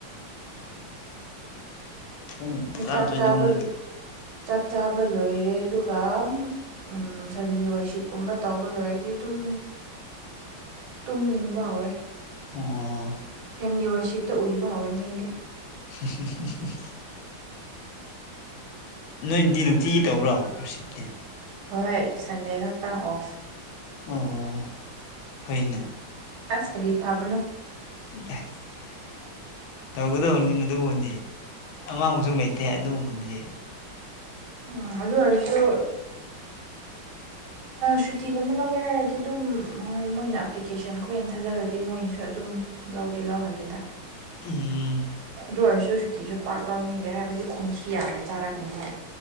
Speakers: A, on the left; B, on the right.
A: ꯄꯨꯡ
B: ꯍꯣꯏ
A: ꯇꯔꯥꯃꯥꯊꯣꯏꯗꯒꯨꯝꯕ
B: ꯆꯥꯛ ꯆꯥꯕ ꯆꯥꯛ ꯆꯥꯕ ꯂꯣꯏꯔꯦ ꯑꯗꯨꯒ ꯎꯝ ꯐꯦꯃꯤꯂꯤ ꯋꯔꯁꯤꯞꯀꯨꯝꯕ ꯇꯧꯕ ꯂꯣꯏꯔꯗꯤ ꯑꯗꯨꯝ ꯇꯨꯝꯅꯤꯡꯕ ꯍꯧꯔꯦ
A: ꯑꯣ
B: ꯐꯦꯃꯤꯂꯤ ꯋꯥꯔꯁꯤꯞꯇ ꯎꯕ ꯍꯧꯔꯅꯤꯉꯡꯗꯤꯦ
A: <inaudible> ꯅꯣꯏꯗꯤ ꯅꯨꯡꯇꯤꯒꯤ ꯇꯧꯕ꯭ꯔꯣ ꯔꯤꯁꯤꯞꯇꯤ
B: ꯍꯣꯏ ꯁꯟꯗꯦ ꯈꯛꯇꯪ ꯑꯣꯐ
A: ꯑꯣ ꯑꯣ ꯐꯩꯅ
B: ꯑꯁ ꯀꯔꯤ ꯐꯥꯕꯅꯣ
A: <inaudible> ꯇꯧꯒꯗꯕꯅꯤꯅ ꯑꯗꯨꯒꯨꯝꯕꯗꯤ ꯑꯃꯥꯡꯕꯁꯨ ꯂꯩꯇꯦ ꯑꯗꯨꯒꯨꯝꯕꯗꯨꯗꯤ
B: ꯎꯝ ꯑꯗꯨ ꯑꯣꯏꯔꯁꯨ ꯁꯨꯇꯤꯒꯨꯝꯕ ꯂꯧꯒꯦ ꯍꯥꯏꯔꯗꯤ ꯑꯗꯨꯝ ꯍꯣꯏ ꯃꯣꯏꯅ ꯑꯦꯄ꯭ꯂꯤꯀꯦꯁꯟꯈꯣꯏꯅ ꯊꯥꯖꯤꯜꯂꯗꯤ ꯃꯣꯏꯅꯁꯨ ꯑꯗꯨꯝ ꯂꯎꯖꯤ ꯂꯥꯎ ꯍꯜꯂꯦ ꯇ
A: ꯎꯝ
B: ꯑꯗꯨ ꯑꯣꯏꯔꯁꯨ ꯁꯨꯇꯤꯁꯨ ꯄꯥꯛ ꯂꯧꯅꯤꯡꯗꯦ ꯍꯥꯏꯕꯗꯤ ꯈꯣꯟꯈꯤ ꯌꯥꯝꯅ ꯆꯥꯔꯛꯀꯅꯤꯕ